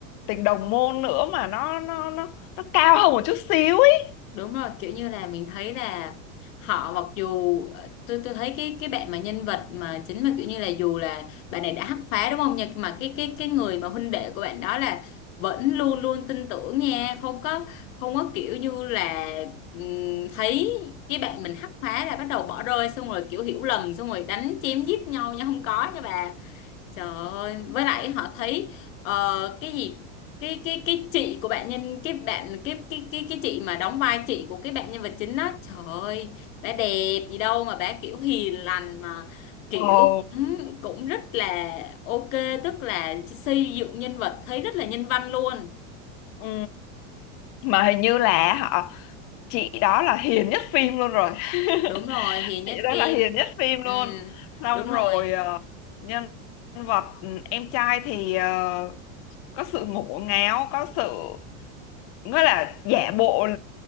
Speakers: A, on the left (about 45°); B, on the left (about 70°).
A: tình đồng môn nữa mà nó nó nó nó cao hơn một chút xíu ấy
B: Đúng rồi, kiểu như là mình thấy là họ mặc dù ờ, tôi tôi thấy cái cái bạn mà nhân vật mà chính mà kiểu như là dù là bạn này đã hắc phá đúng không nhưng mà cái cái cái người mà huynh đệ của bạn đó là vẫn luôn luôn tin tưởng nha, không có không có kiểu như là ừm, thấy cái bạn mình hắc phá là bắt đầu bỏ rơi xong rồi kiểu hiểu lầm xong rồi đánh chém giết nhau nha, không có nha bà. Trời ơi, với lại họ thấy ờ, cái gì cái cái cái chị của bạn nhân cái bạn cái cái cái cái chị mà đóng vai chị của cái bạn nhân vật chính đó trời ơi bà đẹp gì đâu mà bà kiểu hiền lành mà kiểu
A: ồ
B: cũng cũng rất là ok tức là xây dựng nhân vật thấy rất là nhân văn luôn
A: ừ mà hình như là họ chị đó là hiền nhất phim luôn rồi <laughs>
B: đúng rồi hiền
A: chị
B: nhất
A: đó
B: phim
A: là hiền nhất phim
B: ừ,
A: luôn xong
B: đúng
A: rồi
B: rồi
A: ờ, nhân vật ừ, em trai thì ờ, có sự ngổ ngáo có sự Nghĩa là giả bộ ừ,